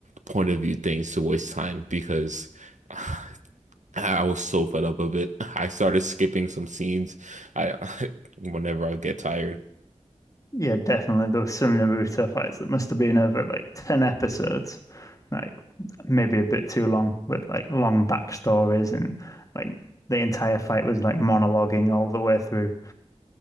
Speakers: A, on the right; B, on the left.
A: point of view things to waste time because <sighs> I was so fed up of it. I started skipping some scenes. I <laughs> whenever I get tired.
B: Yeah, definitely. There was some Naruto fights that must have been over like 10 episodes, like maybe a bit too long, with like long backstories and like the entire fight was like monologuing all the way through.